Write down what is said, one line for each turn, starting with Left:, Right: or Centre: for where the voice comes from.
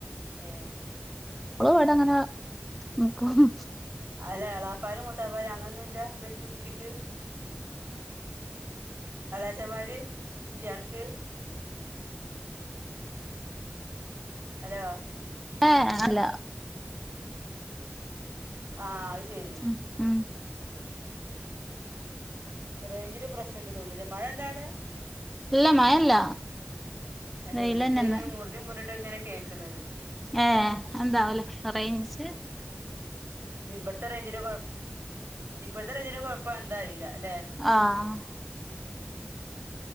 Right: ഏഹ്
Centre: ഓള് വടെങ്ങനെ നിക്കും
Right: അല്ല ഇളായാപ്പാരും മൂത്താപ്പാര് അങ്ങനൊന്നുല്ല ബെസ്റ്റ് കുട്ടിക്ക്. ഇളയച്ചമാര് ഇല്യേ അൻക്ക് അലോ
Centre: ഏഹ് അല്ല.
Right: ആഹ് അയ് ശെരി.
Centre: ഉം ഉം
Right: റേഞ്ചിന് പ്രശ്നണ്ട്ന്ന് തോണ് ലെ മഴണ്ടവടെ
Centre: ഇല്ല മഴല്ല
Right: അല്ലെയ്
Centre: വെയിലന്നെന്ന്
Right: ഇത്ങ്ങനെ മുറ്ഞ്ഞ് മുറ്ഞ്ഞിട്ടങ്ങനെ കേക്ക്ണത്.
Centre: ഏഹ് എന്താവലെ എഹ് റേയിഞ്ച്
Right: ഇഞ് ബട്ത്തെ റയ്ഞ്ചിന്റെ കൊഴ ഇബട്ത്തെ റെയ്ഞ്ചിന്റെ കൊഴപ്പാ എന്താ അറീല്ല ല്ലെ
Centre: ആഹ്